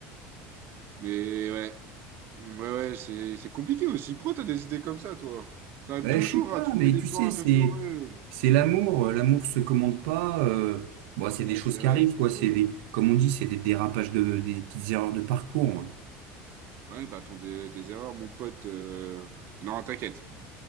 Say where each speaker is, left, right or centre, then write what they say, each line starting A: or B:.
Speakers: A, on the right; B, on the right.
A: Mais ouais. Ouais, ouais, c'est c'est compliqué aussi. Pourquoi t'as des idées comme ça, toi? T'arrives
B: Bah,
A: toujours
B: je sais pas,
A: à trouver
B: mais
A: des
B: tu sais,
A: plans un
B: c'est
A: peu foireux.
B: c'est l'amour. euh, L'amour se commande pas. euh. Bon, c'est des
A: Ouais,
B: choses
A: c'est
B: qui
A: vrai,
B: arrivent,
A: les coups
B: quoi.
A: de
B: C'est
A: foudre.
B: des, comme on dit, c'est des dérapages de, des petites erreurs de parcours. hein.
A: Ouais, bah ton dé- tes erreurs, mon pote. euh, Non, t'inquiète.